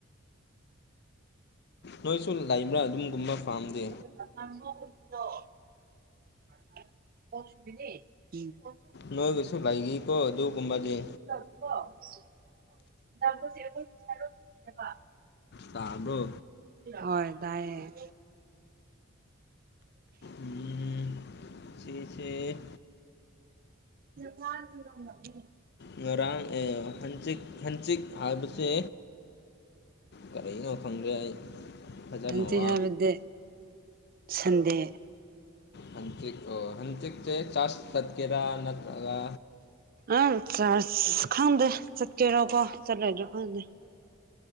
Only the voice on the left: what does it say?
ꯅꯣꯏꯁꯨ ꯂꯩꯕ꯭ꯔꯥ ꯑꯗꯨꯝꯒꯨꯝꯕ ꯐꯥꯝꯗꯤ
ꯅꯣꯏꯒꯤꯁꯨ ꯂꯩꯥꯔꯤꯀꯣ ꯑꯗꯨꯒꯨꯝꯕꯗꯤ
ꯇꯥꯕ꯭ꯔꯣ
ꯎꯝ ꯁꯤꯁꯦ
ꯉꯔꯥꯡ ꯑꯦ ꯍꯟꯆꯤꯛ ꯍꯟꯆꯤꯛ ꯍꯥꯏꯕꯁꯦ ꯀꯥꯔꯤꯅꯣ ꯈꯪꯗ꯭ꯔꯦ ꯑꯩ ꯐꯖꯅ
ꯋꯥ
ꯍꯟꯆꯤꯛ ꯑꯣ ꯍꯟꯆꯤꯛꯆꯦ ꯆꯥꯁ ꯆꯠꯀꯦꯔꯥ ꯅꯠꯇ꯭ꯔꯒ